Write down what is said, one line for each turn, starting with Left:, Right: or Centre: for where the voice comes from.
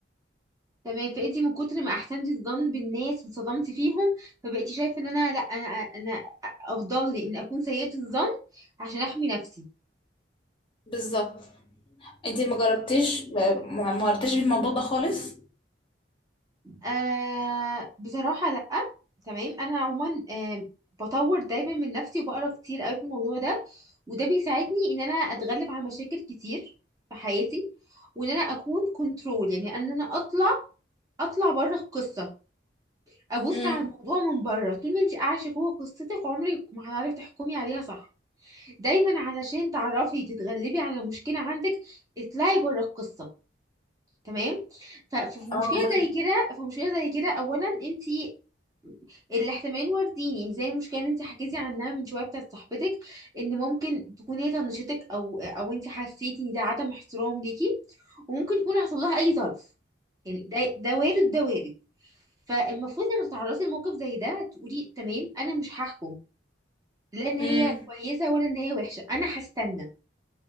Right: تمام فانتي من كتر ما احسنتي الظن بالناس واتصدمتي فيهم فبقيتي شايفه ان انا لا انا انا افضل لي ان اكون سيئه الظن عشان احمي نفسي
Left: بالظبط انتي ما جربتيش ما ما مرتيش بالموضوع ده خالص
Right: آه بصراحه لا تمام انا عموما آه بطور دايما من نفسي وبقرا كتير قوي في الموضوع ده وده بيساعدني ان انا اتغلب على مشاكل كتير في حياتي وان انا اكون كنترول يعني ان انا اطلع اطلع بره القصه ابص
Left: امم
Right: على الموضوع من بره طول ما انت عايشه جوه قصتك عمرك ما هتعرفي تحكمي عليها صح دايما علشان تعرفي تتغلبي على مشكلة عندك اطلعي بره القصة تمام ففي
Left: اه
Right: مشكلة
Left: فاهمة.
Right: زي كده في مشكلة زي كده اولا انتي الاحتمالين واردين يعني زي المشكلة اللي انتي حكيتي عنها من شوية بتاعت صاحبتك ان ممكن تكون هي طنشتك او او انتي حسيتي ان ده عدم احترام ليكي وممكن يكون حصل لها اي ظرف يعني ده ده وارد ده وارد فالمفروض لما تتعرضي لموقف زي ده تقولي تمام انا مش هحكم لا ان هي
Left: امم
Right: كويسة ولا ان هي وحشة انا هستنى